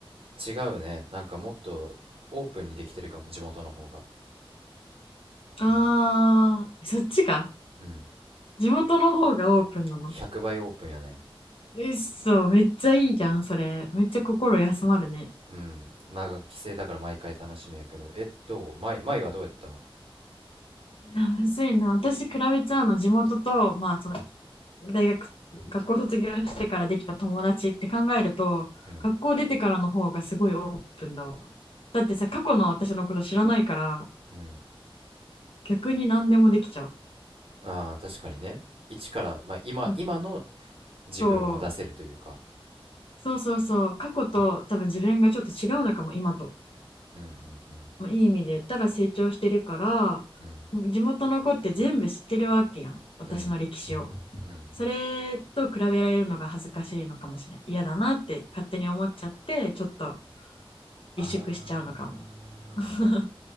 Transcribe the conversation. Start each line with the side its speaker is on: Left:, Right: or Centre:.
Right: 違うね。なんかもっとオープンにできてるかも、地元の方が。
Left: あーそっちか
Right: うん。うん。
Left: 地元の方がオープンなの
Right: 100倍オープンやね。
Left: うっそ、めっちゃいいじゃん、それ。めっちゃ心休まるね。
Right: うん。まあ、帰省だから毎回楽しみやけど。え、どう前、前はどうやったん
Left: いや、むずいな。私、比べちゃうの、地元と、まあ、その、大学、学校卒業してからできた友達って考えると、
Right: うん。
Left: 学校出てからの方がすごいオープンだわ。だってさ、過去の私のこと知らないから、
Right: うん。
Left: 逆に何でもできちゃう。
Right: ああ、確かにね。一から、まあ、今、
Left: あ
Right: 今の自分を出せるというか。
Left: と、そうそうそう、過去と多分自分がちょっと違うのかも、今と。
Right: うんうん
Left: まあ、いい意味で言ったら成長してるから、
Right: うん。うん。
Left: 地元の子って全部知ってるわけやん、私の歴史を。
Right: うん。うん。
Left: それと比べられるのが恥ずかしいのかもしれない嫌だなって勝手に思っちゃってちょっと
Right: ああ、
Left: 萎縮しちゃうのかも <laughs>